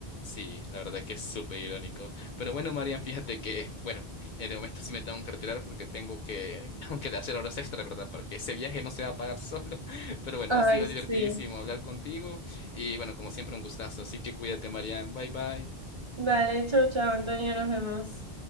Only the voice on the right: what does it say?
Ay,
sí.
Dale, chau, chau, Antonio, nos vemos.